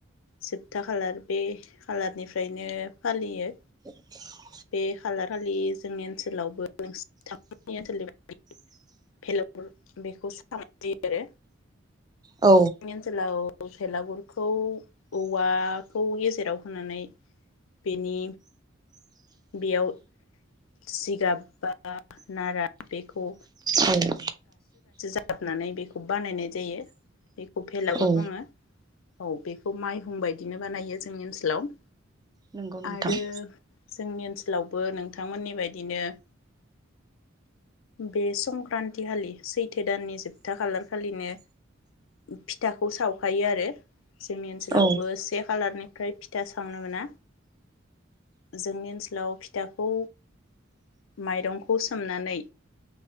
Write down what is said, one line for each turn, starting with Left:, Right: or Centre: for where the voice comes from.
Left: जोबथा खालार बे खालारनिफ्रायनो फालियो।
Right: <inaudible>
Left: बे खालार खालि जोंनि ओनसोलावबो नोंथां मोननि ओनसोलनि बायदि फेलुर बेखौ सावनाय जायो आरो।
Right: औ
Left: जोंनि ओनसोलाव भेलागुरखौ औवाखौ गेजेराव होनानै बेनि बेयाव सिगाब बा नारा बेखौ
Right: औ।
Left: साबनानै बेखौ बानायनाय जायो। बेखौ भेलागुर
Right: औ
Left: बुङो। औ बेखौ माइहुं बायदिनो बानायो जोंनि ओनसोलाव।
Right: नंगौ नोंथां।
Left: आरो जोंनि ओनसोलावबो नोंथांमोननि बायदिनो बे सं सक्रान्त खालि सैथो दाननि जोबथा खालार खालिनो फिथाखौ सावखायो आरो। जोंनि ओनसोलावबो
Right: औ
Left: से खालारनि ओमफ्राय फिथा सावनो मोना जोंनि ओनसोलाव फिथाखौ माइरंखौ सोमनानै